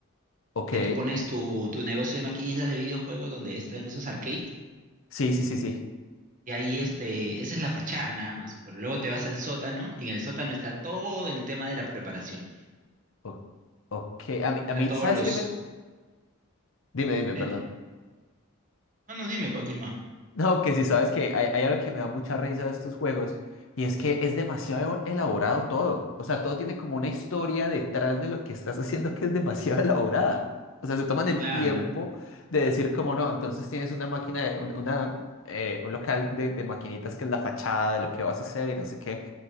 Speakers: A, on the left (about 65°); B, on the right (about 35°).
A: ok.
B: Donde tú pones tu, tu negocio de maquinitas de videojuegos donde están esos arcades.
A: Sí, sí, sí, sí.
B: Y ahí este, esa es la fachada nada más. Pero luego te vas al sótano y en el sótano está todo el tema de la preparación.
A: O- ok, a mí, a mí,
B: Está todos
A: ¿sabes
B: los,
A: qué me...? Dime, dime,
B: Dime,
A: perdón.
B: dime. No, no, dime, continúa.
A: No, que si sabes que hay, hay algo que me da mucha risa de estos juegos y es que es demasiado elaborado todo. O sea, todo tiene como una historia detrás de lo que estás haciendo que es demasiado elaborada. O sea, se toman el
B: Claro,
A: tiempo de decir como no, entonces tienes una máquina, de- un, una, eh, un local de, de maquinitas que es la fachada de lo que vas a hacer y no sé qué.